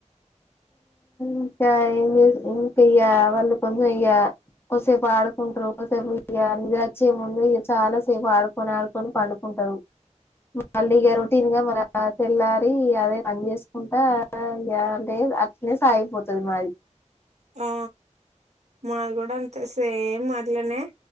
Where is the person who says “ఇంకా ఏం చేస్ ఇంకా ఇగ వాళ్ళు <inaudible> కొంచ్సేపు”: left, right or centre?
Left